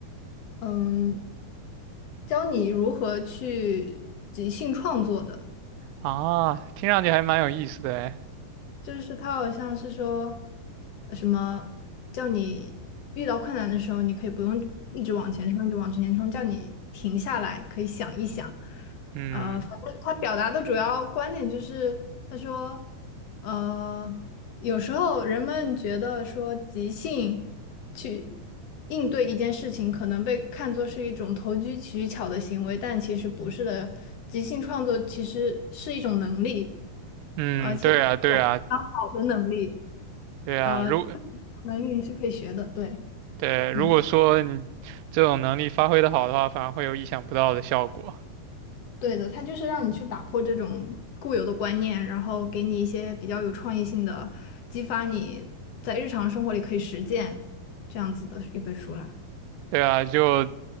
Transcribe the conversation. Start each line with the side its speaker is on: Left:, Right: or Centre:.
Left: 嗯，教你如何去即兴创作的。
Right: 啊，听上去还蛮有意思的哎。
Left: 就是他好像是说呃什么叫你遇到困难的时候，你可以不用一直往前冲，一直往前冲，叫你停下来，可以想一想。
Right: 嗯
Left: 呃，反正他表达的主要观点就是，他说，呃，有时候人们觉得说即兴去应对一件事情，可能被看作是一种投机取巧的行为，但其实不是的。即兴创作其实是一种能力。
Right: 嗯，
Left: 而且有非常好的能力，
Right: 对啊对啊对啊，
Left: 呃，
Right: 如
Left: 能力你是可以学的，对，
Right: 对，如果说你这种能力发挥的好的话，
Left: 嗯，
Right: 反而会有意想不到的效果。
Left: 对的，它就是让你去打破这种固有的观念，然后给你一些比较有创意性的，激发你在日常生活里可以实践这样子的一本书啦。
Right: 对啊，就